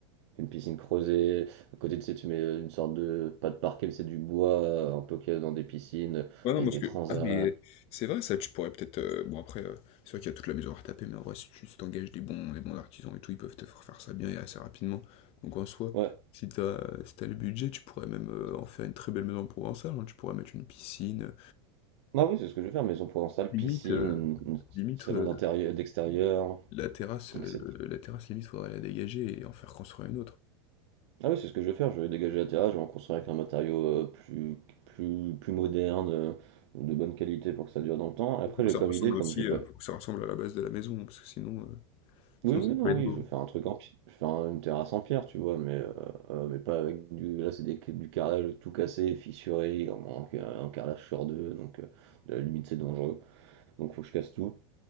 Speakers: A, on the right; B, on the left.
A: fais une piscine creusée. À côté de ça, tu mets euh, une sorte de pas de parquet, mais c'est du bois euh, un peu qu'il y a dans des piscines euh,
B: Ouais, non,
A: avec
B: parce
A: des
B: que
A: transats.
B: ah mais c'est vrai ça, tu pourrais peut-être, heu, bon après, heu, c'est vrai qu'il y a toute la maison à retaper, mais en vrai, si tu si tu des bons des bons artisans et tout, ils peuvent te faire faire ça bien et assez rapidement. Donc en soi,
A: Ouais.
B: si t'as si t'as le budget, tu pourrais même, heu, en faire une très belle maison provençale, hein. Tu pourrais mettre une piscine, heu,
A: Ah oui, c'est ce que je veux faire. Maison provençale,
B: limite,
A: piscine,
B: heu,
A: une- une-
B: limite,
A: salon
B: heu,
A: d'intérieur, d'extérieur,
B: la terrasse, heu,
A: etc.
B: la terrasse, limite, faudrait la dégager et en faire construire une autre.
A: Ah oui, c'est ce que je vais faire, je vais dégager la terrasse, je vais en construire avec un matériau euh, plus, plus, plus moderne, euh, de bonne qualité pour que ça dure dans le temps. Après,
B: Faut que
A: j'ai
B: ça
A: comme
B: ressemble
A: idée, comme
B: aussi,
A: j'ai pas.
B: euh, faut que ça ressemble à la base de la maison, hein, parce que sinon, euh, sinon
A: Oui, oui,
B: ça
A: non,
B: peut être
A: oui,
B: beau.
A: je vais faire un truc en pierre, je vais faire un- une terrasse en pierre, tu vois, mais, euh, euh, mais pas avec du. Là, c'est des- du carrelage tout cassé, fissuré, il en manque euh, un carrelage sur deux, donc euh, à la limite, c'est dangereux, donc faut que je casse tout.